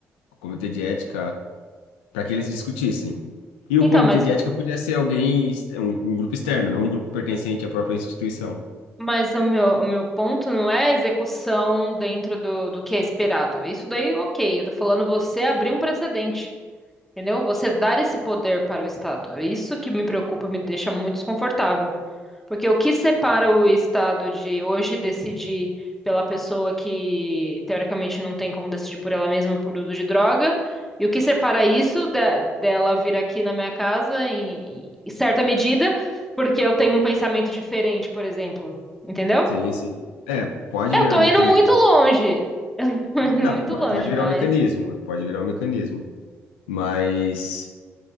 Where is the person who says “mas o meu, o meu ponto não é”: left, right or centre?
Centre